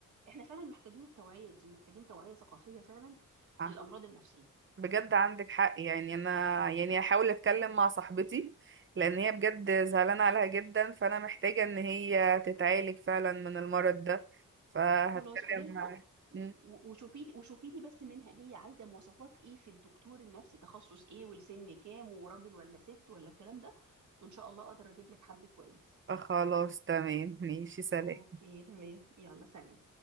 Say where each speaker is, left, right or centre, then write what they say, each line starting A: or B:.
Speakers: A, on the right (about 60°); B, on the right (about 35°).
A: احنا فعلا محتاجين التوعية دي محتاجين توعية ثقافية فعلا
B: كده
A: للأمراض النفسية
B: بجد عندك حق يعني انا يعني هحاول اتكلم مع صاحبتي لان هي بجد زعلانه عليها جدا فانا محتاجه ان هي تتعالج فعلا من المرض ده فهتكلم
A: خلاص قولي لها
B: معاها مم.
A: وشوفي لي وشوفي لي بس منها هي عايزه مواصفات ايه في الدكتور النفسي تخصص ايه والسن كام وراجل ولا ست ولا الكلام ده وان شاء الله اقدر اجيب لك حد كويس
B: خلاص تمام ماشي سلام
A: اوكي تمام يلا سلام